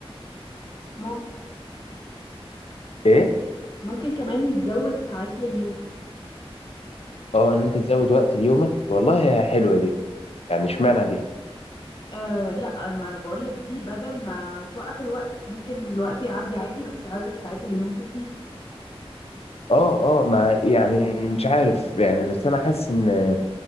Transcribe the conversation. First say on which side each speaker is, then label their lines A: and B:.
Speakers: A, on the left; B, on the left.
A: ممكن
B: ايه
A: ممكن كمان يتزود ساعات لليوم
B: اه ان انت تزود وقت ليومك والله حلوه دي يعني اشمعنى دي
A: آه لا ما انا بقول لك دي بدل ما توقف الوقت ممكن الوقت يعدي عادي بس عدد ساعات اليوم تزيد
B: اه اه ما يعني مش عارف يعني بس انا حاسس ان